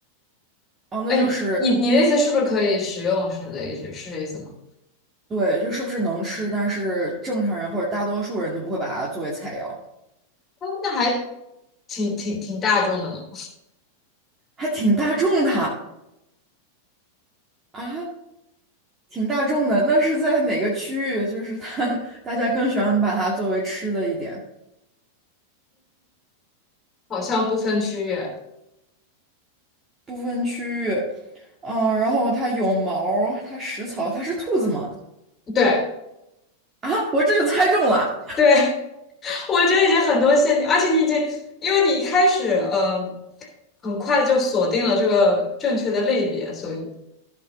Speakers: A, on the right; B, on the left.
A: 哦，那就是
B: 哎，你你的意思是不是可以食用？是的意思是这意思吗？
A: 对，就是不是能吃，但是正常人或者大多数人都不会把它作为菜肴，
B: 哦，那还挺挺挺大众的呢，
A: 还挺大众的啊，挺大众的。那是在哪个区域？就是它，<laughs> 大家更喜欢把它作为吃的一点，
B: 好像不分区域。
A: 部分区域。嗯、然后它有毛儿它食草，它是兔子吗？
B: 对
A: 啊，我这就猜中了。
B: 对，我觉得已经很多陷阱，而且你已经，因为你一开始呃，很快就锁定了这个正确的类别，所以